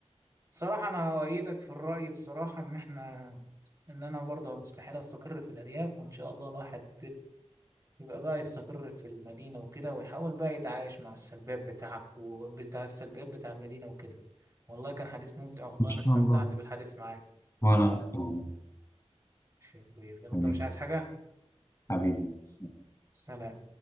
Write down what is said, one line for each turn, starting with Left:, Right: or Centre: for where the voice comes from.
Right: صراحة أنا أؤيدك في الرأي بصراحة إن إحنا إن أنا برضه مستحيل أستقر في الأرياف وإن شاء الله الواحد يبقى بقى يستقر في المدينة وكده ويحاول بقى يتعايش مع السلبيات بتاعك وبتاع السلبيات بتاع المدينة وكده والله كان حديث ممتع والله
Left: إن شاء
Right: أنا استمتعت
Left: الله
Right: بالحديث معاك
Left: وأنا أكتر والله.
Right: شيء كبير يلا
Left: حبيبي
Right: أنت مش عايز حاجة؟
Left: حبيبي
Right: سلام